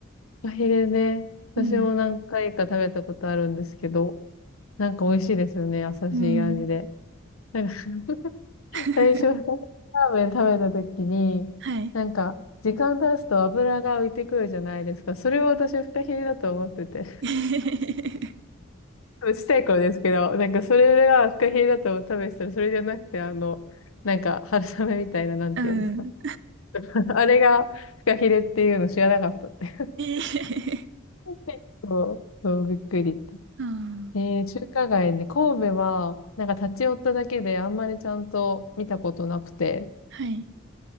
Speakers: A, on the left; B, on the right.
A: カヒレね。私も何回か食べたことあるんですけど、
B: うん。
A: なんか美味しいですよね。優しい味で。
B: うん。
A: なんか <laughs>
B: <laughs>
A: 最初、二つラーメン食べたときに、
B: はい。
A: なんか、時間経つと油が浮いてくるじゃないですか。それを私、フカヒレだと思ってて。
B: <laughs>
A: ちっちゃい頃ですけど、なんか、それがフカヒレだと思って食べてたら、それじゃなくて、あの、なんか、春雨みたいな、なんていうんですか。
B: うん。
A: <laughs> あれがフカヒレっていうの知らなかったって。
B: ええ
A: <laughs> そう、そう、びっくりって。
B: うん。
A: えー、中華街で、神戸は、なんか立ち寄っただけであんまりちゃんと見たことなくて、
B: はい。